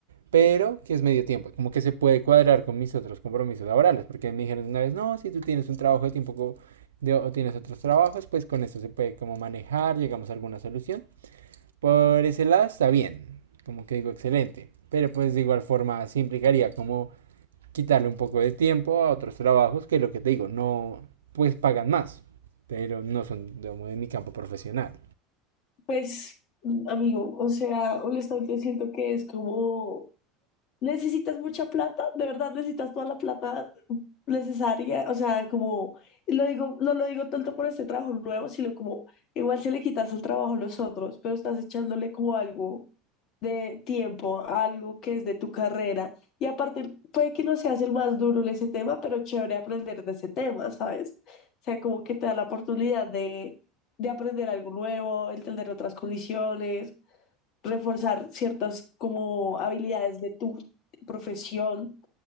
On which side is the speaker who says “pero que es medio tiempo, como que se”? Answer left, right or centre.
Right